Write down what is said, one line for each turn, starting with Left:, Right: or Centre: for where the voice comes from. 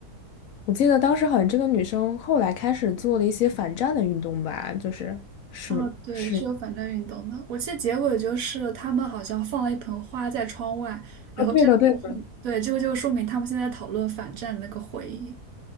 Left: 我记得当时好像这个女生后来开始做了一些反战的运动吧，就是是是，
Right: 啊，对，是有反战运动的。我记得结尾就是他们好像放了一盆花在窗外，
Left: 啊，
Right: 然后这个就是，
Left: 对的，对的，
Right: 对，这个就说明他们现在讨论反战的那个回忆。